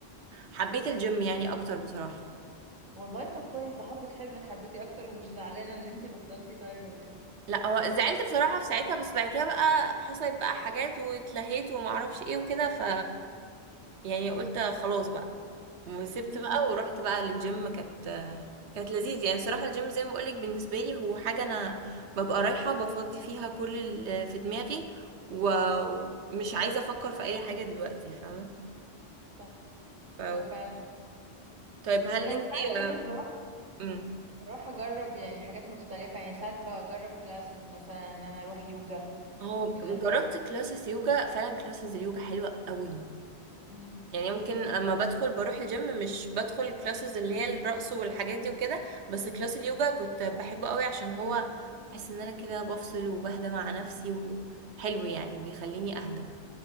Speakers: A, on the right (about 80°); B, on the right (about 45°).
A: حبيت الجيم يعني اكتر بصراحة
B: والله طب كويس ده حظك حلو انك حبيتي اكتر ومش زعلانه ان انتي بطلتي طايره وكده
A: لا هو زعلت بصراحة في ساعتها بس بعد كده بقى حصلت بقى حاجات واتلهيت ومعرفش ايه وكده ف يعني قلت خلاص بقى وسبت
B: امم
A: بقى ورحت بقى للجيم كانت كانت لذيذ يعني صراحة الجيم زي ما بقولك بالنسبة لي هو حاجة أنا ببقى رايحة بفضي فيها كل اللي في دماغي ومش عايزة أفكر في أي حاجة دلوقتي فاهمة
B: صح
A: ف...
B: هو فعلا كده
A: طيب هل
B: انا
A: انتي
B: ساعات كمان
A: آه،
B: بروح
A: مم.
B: بروح اجرب يعني حاجات مختلفه يعني ساعات بجرب كلاسز مثلا ان انا اروح يوجا
A: هو
B: ان
A: جربت
B: انا
A: كلاسز يوجا فعلا كلاسز اليوجا حلوة قوي
B: امم
A: يعني ممكن اما بدخل بروح الجيم مش بدخل كلاسز اللي هي الرقص والحاجات دي وكده بس كلاس اليوجا كنت بحبه قوي عشان هو بحس ان انا كده بفصل وبهدى مع نفسي وحلو يعني بيخليني اهدى